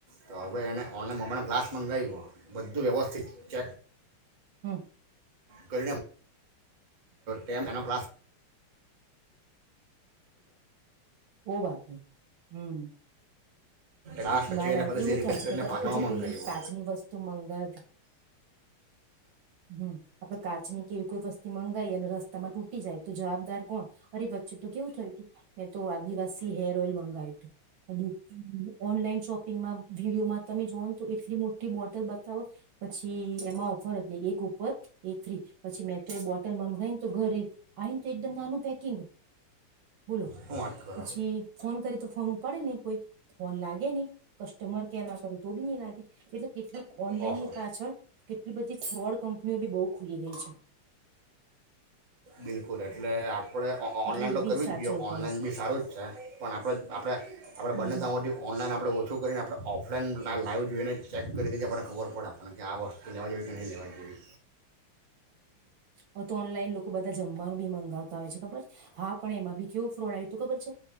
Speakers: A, on the right; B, on the right.
A: તો હવે એણે ઓનલાઈન મોબાઈલનો ગ્લાસ મંગાવીયો બધું વ્યવસ્થા થી ચટ
B: હમ્મ
A: કરીણ કેમ એનો ક્લાસ <inaudible>
B: ઓ વાત નહી હમ
A: લાસ્ટ
B: ના
A: પછી
B: ના
A: એને ફરીથી
B: એવું
A: રિપ્લેસ
B: થાય
A: કરીને
B: છે આપડે
A: પાછા
B: જો
A: મંગાવ્યો
B: કોઈ કાચની વસ્તુ મંગાવ હમ આપડે કાચની એવી કોઈ વસ્તી મંગાવી અને રસ્તામાં તૂટી જાય તો જવાબદાર કોણ અરે વચ્ચે તો કેવું થયું તું મેં તો આદિવાસી હેર ઓઈલ મંગાવ્યું હતું <unintelligible> ઓનલાઈન શોપિંગમાં વિડીયોમાં તમે જોઓ ને તો એટલી મોટી બોટલ બતાવો પછી એમાં ઓફર હતી એક ઉપર એક ફ્રી પછી મેં તો એ બોટલ મંગાવી ને તો ઘરે આવી ને તો એકદમ નાનું પેકિંગ બોલો
A: શું વાત કરો
B: પછી ફોન કરી તો ફોન ઉપાડે નય કોઈ લે ને કસ્ટમર કેરમાં કરું તો બી ની લાગે એ કેટલીક ઓનલાઈન
A: ઓહો
B: ની પાછળ કેટલી બધી ફ્રોડ કંપ બી બહુ ખુલી ગઈ છે.
A: બિલકુલ એટલે આપ આપણે
B: એટલે
A: ઓનલાઈન
B: એ
A: તો
B: બી
A: કરવી
B: સાચવવું
A: જ જોઈએ
B: પડે
A: ઓનલાઈન બી સારું જ છે પણ આપણે આપણે આપણે
B: હમ
A: બંને
B: હમ
A: તા હુધી ઓનલાઈન આપણે ઓછું કરીને આપણે આપણે ઓફલાઈન લાઈવ જોઈને ચેક કરી દીએ આપને ખબર પડે આપણને કે આ વસ્તુ લેવા જોઈએ કે નહીં લેવા જોઈએ.
B: હા તો ઓનલાન લોકો બધા જમ <unintelligible> બી મંગાવતા હોય છે ખબર હા પણ એમાં બી કેવું ફ્રોડ આવ્યું હતું ખબર છે